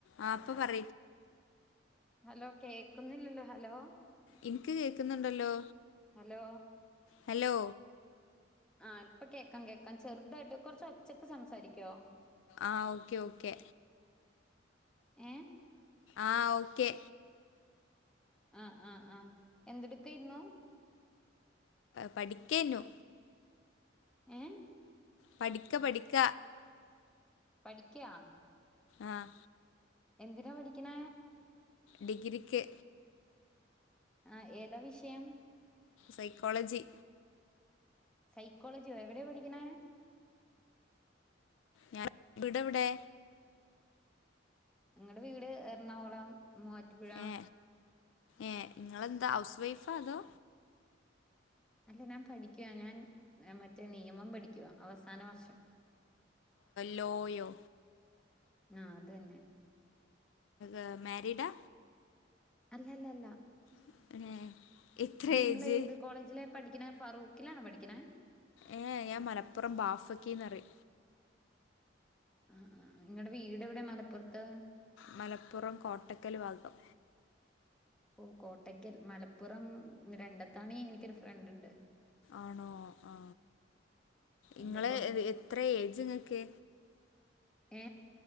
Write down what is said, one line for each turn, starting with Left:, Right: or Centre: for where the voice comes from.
Left: ആ അപ്പൊ പറ
Centre: ഹലോ കേക്കുന്നില്ലല്ലോ ഹലോ
Left: എനിക്ക് കേക്കുന്നുണ്ടല്ലോ
Centre: ഹലോ
Left: ഹലോ
Centre: ആഹ് ഇപ്പ കേൾക്കാം കേക്കാം ചെറുതായിട്ട് കൊറച്ച് ഒച്ചക്ക് സംസാരിക്കുവോ
Left: ആഹ് ഓക്കെ ഓക്കെ
Centre: ഏ <unintelligible>
Left: ആഹ ഓക്കെ
Centre: ആഹ ആഹ് ആഹ എന്തെടുത്തായിരുന്നു
Left: പഠിക്കേന്നു
Centre: ഏ <unintelligible>
Left: പഠിക്ക പഠിക്ക
Centre: പഠിക്കാ
Left: ആഹ!
Centre: എന്തിനാ പഠിക്കണ?
Left: ഡിഗ്രിക്ക്.
Centre: ആ ഏതാ വിഷയം?
Left: സൈക്കോളജി
Centre: സൈക്കോളജിയോ എവിടെയോ പഠിക്കണ?
Left: ഞാൻ ഇവിടെവിടെ
Centre: നിങ്ങളടെ വീട് എറണാകുളം മൂവാറ്റുപ്പുഴ
Left: ഏ ഏ നിങ്ങളെന്താ ഹൗസ് വൈഫാ അതോ?
Centre: അല്ല ഞാൻ പഠിക്കു ഞാൻ മറ്റേ നിയമം പഠിക്കുവാ അവസാന വർഷം.
Left: ലോ യോ?
Centre: ആ അത തന്നെ
Left: എ മ്യാരിഡാ
Centre: അല്ലല്ലല്ല
Left: <inaudible>
Centre: അല്ല
Left: ഏജ്
Centre: നിങ്ങ ഏത് കോളേജില പഠിക്കണ ഫാറൂഖിലാണ് പഠിക്കണേ
Left: ഏ ഞാൻ മലപ്പുറം ബാഫക്കിന്ന്റി
Centre: ആ ആ് നിങ്ങളടെ വീട് എവിടെ മലപ്പുറത്ത്
Left: മലപ്പുറം കോട്ടക്കല് വാഗം
Centre: ഓ കോട്ടയ്ക്കൽ മലപ്പുറം രണ്ടത്തണി എനിക്കൊരു ഫ്രണ്ട് ഉണ്ട്
Left: ആണോ ആ ഇങ്ങള്എത്ര
Centre: എന്റെപ്പം
Left: ഏജ്ങ്ങക്ക്
Centre: ഏ